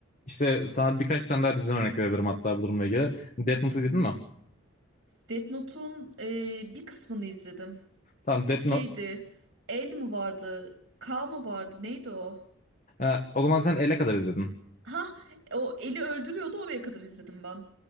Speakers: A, on the left; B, on the right.
A: İşte sana birkaç tane daha diziden örnek verebilirim hatta bu durumla ilgili. Death Note izledin mi?
B: Death Note'un e, bir kısmını izledim.
A: Tamam Death
B: şeydi.
A: Note.
B: El mi vardı? K mı vardı? Neydi o?
A: E, o zaman sen ele kadar izledin.
B: Ha, o eli öldürüyordu oraya kadar izledim ben.